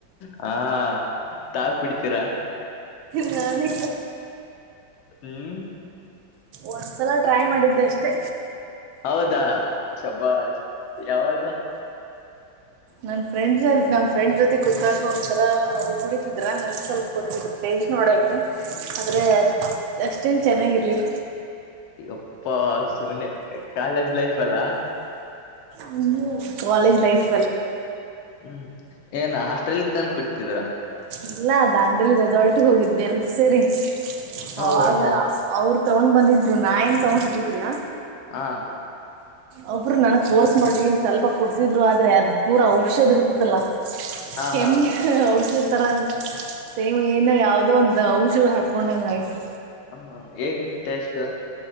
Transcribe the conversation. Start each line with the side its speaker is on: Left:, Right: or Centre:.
Left: ಹಾ ತಾವು ಕುಡಿತೀರಾ
Right: ನಾನಲ್ಲ
Left: ಹ್ಮ್
Right: ಒಂದ್ಸಲ ಟ್ರೈ ಮಾಡಿದ್ದೆ ಅಷ್ಟೇ
Left: ಹೌದಾ ಶಬ ಯಾವಾಗ
Right: ನನ್ ಫ್ರೆಂಡ್ ನಮ್ಮ ಫ್ರೆಂಡ್ ಜೊತೆ ಗೊತ್ತಾಗ ಒಂಥರ ಅವ್ರು ಕುಡಿತಿದ್ರ ನನಗೆ ಸ್ವಲ್ಪ ಕೊಡ್ತರು ಪೇಸ್ಟ್ ನೋಡೋಕೆ ಆದ್ರೆ ಅಷ್ಟು ಚೆನ್ನಾಗಿರಲಿಲ್ಲ
Left: ಗಪ್ಪ ಶೂನ ಕಾಲೇಜ್ ಲೈಫ್ ಅಲ್ಲ
Right: ಹ್ಮ ಕಾಲೇಜ್ ಲೈಫ್
Left: ಹ್ಮ್ ಏನ್ ಆಸ್ಟ್ರೇಲಿಯಕ್ ತಂದು ಕುಡಿತಿದೀರಾ
Right: ಇಲ್ಲ ದಾಂಡಲಿ ರೆಸಾಲ್ಟಗೆ ಹೋಗಿದ್ವಿ ಎಲ್ ಸರಿ
Left: ಓ
Right: ಅವಾಗ
Left: ಹೋ,
Right: ಅವ್ರ ತಗೊಂಡ್ ಬಂದಿದ್ರು ನಾ ಏನ್ ತೊಗೊಂಡ್ ಹೋಗಿದ್ದಿಲ್ಲಾ
Left: ಹಾ
Right: ಅವಬ್ರು ನನ ತೋರ್ಸ್ ಮಾಡಿ ಸ್ವಲ್ಪ ಕುಡ್ಸಿದ್ರು ಆದ್ರೆ ಅದ ಪೂರಾ ಔಷದ ಇರ್ತತಲ್ಲಾ
Left: ಹಾ
Right: ಕೆಮಿ
Left: ಹಾ
Right: ಹೌದು ತರಂಗ ಸೇಮ್ ಏನ ಯಾವವುದೋ ಒಂದು ಅ ಹಔಷಧ ಹಾಕೊಂಡಂಗ ಆಯ್ತು
Left: ಹಾ ಹೇಗಿತ್ತು ಟಷ್ಟು